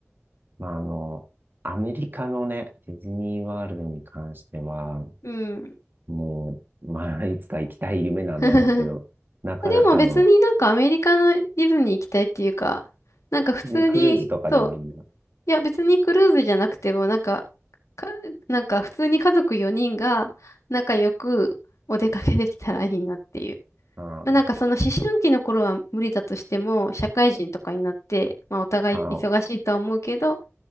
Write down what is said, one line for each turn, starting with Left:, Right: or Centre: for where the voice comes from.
Right: まあ、あの、アメリカのね、ディズニーワールドに関しては、
Left: うん。
Right: もう、まあ、いつか行きたい夢なんだろうけど、
Left: <laughs>
Right: なかなかの、
Left: でも別になんかアメリカのディズニー行きたいっていうか、なんか普通に、
Right: ディズニークルーズとかでもいいな。
Left: そう、いや、別にクルーズじゃなくても、なんか、か、なんか普通に家族4人が仲良くお出かけできたらいいなっていう。
Right: ああ、
Left: まあ、なんかその思春期の頃は無理だとしても、社会人とかになって、まあお互い忙しいとは思うけど、
Right: ああ、
Left: っ